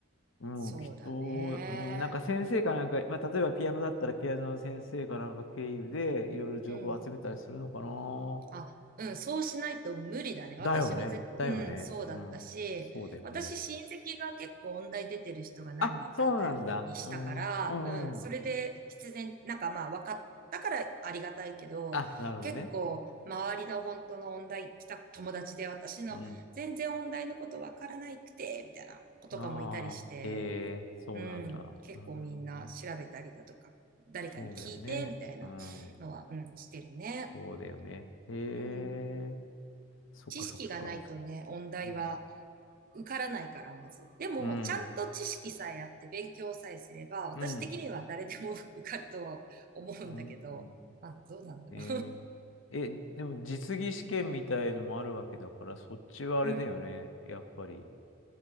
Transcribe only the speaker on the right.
そうだね。
うん。あ、うん、そうしないと無理だね。
私はぜ、
うん、そうだったし、
私親戚が結構音大出てる人が何人かいたりしたから、
うん、それで必然、なんかまあ分かったからありがたいけど、
結構周りの本当の音大来た友達で私の全然音大のこと分からないくて、
みたいな子とかもいたりして、
うん、結構みんな調べたりだとか、
誰かに聞いて、
みたいなのは、
うん、してるね。
うん。
知識がないとね、音大は
受からないから、まず。でも、
ちゃんと知識さえあって勉強さえすれば、私的には誰でも
<laughs> 受かるとは思うんだけど、
あ、どうなんだろ
う。<laughs> うん。